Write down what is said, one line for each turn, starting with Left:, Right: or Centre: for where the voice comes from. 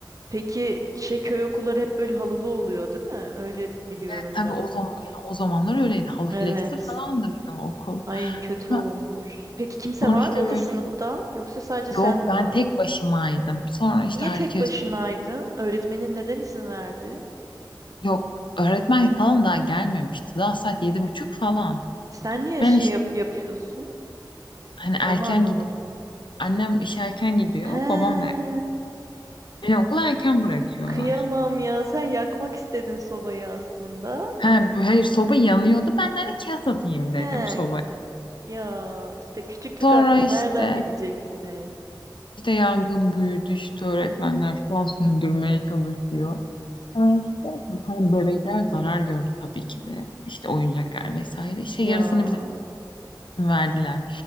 Right: Peki şey köy okulları hep böyle halılı oluyor değil mi? Öyle biliyorum
Left: Evet tabii
Right: ben.
Left: o zaman yani o zamanlar öyleydi. Halı
Right: Evet.
Left: fleksi falan da bizim okul.
Right: Ay kötü
Left: Ha,
Right: olmuş. Peki kimse
Left: Sonra
Right: var
Left: işte
Right: mıydı
Left: böyle
Right: sınıfta? Yoksa sadece
Left: yok
Right: sen mi
Left: ben
Right: vardın?
Left: tek başımaydım. Sonra
Right: Niye
Left: işte herkes
Right: tek başınaydın? Öğretmenin neden izin verdi?
Left: yok öğretmen falan daha gelmemişti. Daha saat yedi buçuk falan.
Right: Sen niye
Left: Ben
Right: şey
Left: işte
Right: yap- yapıyorsun?
Left: hani erken
Right: Onu anlamadım.
Left: gidiyorum. Annem işe erken gidiyor.
Right: He.
Left: Babam da erken. Beni okula erken bırakıyorlar.
Right: Kıyamam ya. Sen yakmak istedin sobayı aslında.
Left: Ha, bu- hayır soba yanıyordu. Ben de hani kağıt atayım
Right: He.
Left: dedim sobaya.
Right: Ya işte küçüklük
Left: Sonra
Right: aklı
Left: işte
Right: nereden bileceksin?
Left: İşte yangın büyüdü işte öğretmenler falan <laughs> söndürmeye çalışıyor. Ha işte hani bebekler zarar gördü tabii ki de. İşte oyuncaklar vesaire. İşte
Right: Ya.
Left: yarısını bize <laughs> verdiler.